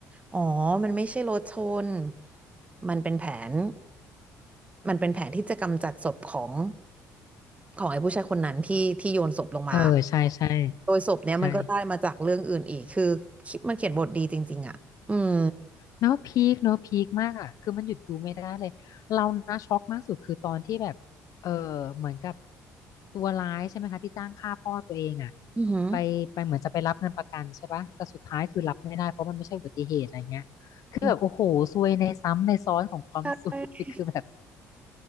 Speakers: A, on the right; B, on the left.
A: อ๋อมันไม่ใช่รถชนมันเป็นแผนมันเป็นแผนที่จะกำจัดศพของของไอ้ผู้ชายคนนั้นที่ที่โยนศพลงมา
B: เออใช่ใช่
A: โดยศพเนี้ยมันก็ได้มาจากเรื่องอื่นอีก
B: ใช่
A: คือคิดมันเขียนบทดีจริงๆอ่ะอืม
B: เนาะพีคเนาะพีคมากอ่ะคือมันหยุดดูไม่ได้เลยเรานะช็อกมากสุดคือตอนที่แบบเออเหมือนกับตัวร้ายใช่ไหมคะที่จ้างฆ่าพ่อตัวเองอ่ะ
A: อือหือ
B: ไปไปเหมือนจะไปรับเงินประกันใช่ปะแต่สุดท้ายคือรับไม่ได้เพราะมันไม่ใช่อุบัติเหตุอะไรเงี้ยคือแบบโอ้โหซวยในซ้ำในซ้อนของความซวย
A: อืมใช
B: <laughs>
A: ่
B: คือแบบ